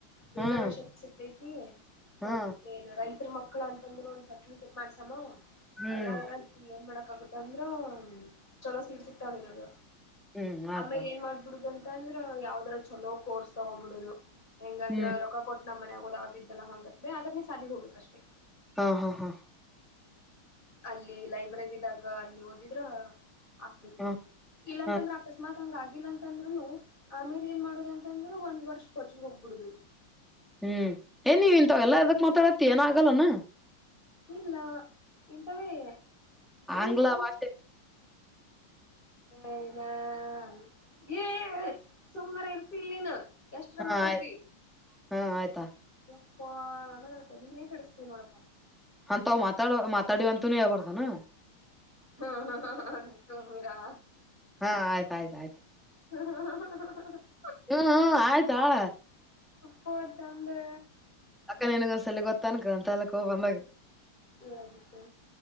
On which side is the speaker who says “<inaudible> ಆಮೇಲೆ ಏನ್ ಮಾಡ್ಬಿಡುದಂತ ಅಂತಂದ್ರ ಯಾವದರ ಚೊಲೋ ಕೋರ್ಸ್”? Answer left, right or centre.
Left